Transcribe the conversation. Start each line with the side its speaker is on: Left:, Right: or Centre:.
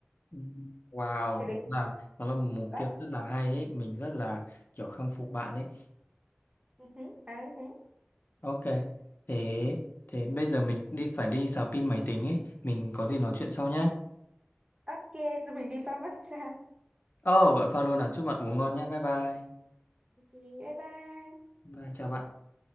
Left: Ừ. Wow,
Right: Cái đấy.
Left: đúng là nó là một mục
Right: Đó.
Left: tiêu rất là hay ấy, mình rất là kiểu khâm phục bạn ấy.
Right: Ừ hứ, à, ừ hứ.
Left: Ok. Thế thế bây giờ mình đi phải đi sạc pin máy tính ấy, mình có gì nói chuyện sau nhé.
Right: Ok, tụi mình đi pha matcha.
Left: Ồ, oh, bạn pha luôn à, chúc bạn uống ngon nhé. Bye bye.
Right: Ok, bye bye.
Left: Bye, chào bạn.